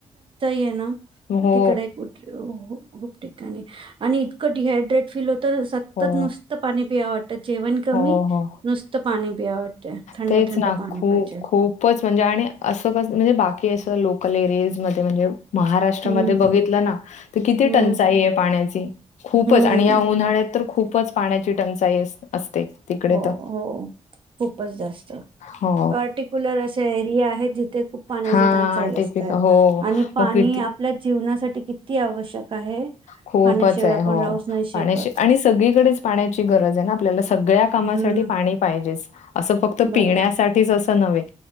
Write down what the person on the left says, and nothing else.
हो
हो
हो हो
तेच
ना,
खूप
खूपच म्हणजे आणि असं कस म्हणजे बाकी असं, लोकल एरियाज मध्ये म्हणजे महाराष्ट्रामध्ये
बघितलं ना तर, किती
टंचाई आहे पाण्याची खूपच
आणि या उन्हाळ्यात तर खूपच पाण्याची टंचाई असते. तिकडे
तर.
हो.
हां,
टिपिक
हो.
मग किती
खूपच
आहे
हो,
पाण्याची
आणि सगळीकडेच पाण्याची गरज आहे ना, आपल्याला सगळ्या त्या कामासाठी
पाणी पाहिजेच, असं फक्त
पिण्यासाठी असंच नव्हे.